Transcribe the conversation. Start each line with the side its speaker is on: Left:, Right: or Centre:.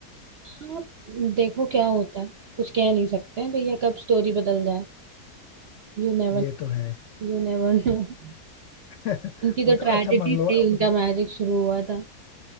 Right: हाँ देखो क्या होता है कुछ कह नहीं सकते हैं भैया कब स्टोरी बदल जाए You never
Left: ये तो है
Right: you never no <laughs>
Left: <laughs>
Right: उनकी
Left: वो
Right: तो
Left: तो
Right: ट्रेजेडी
Left: अच्छा मान
Right: से
Left: लो
Right: ही
Left: मतलब
Right: उनका मैजिक शुरू हुआ था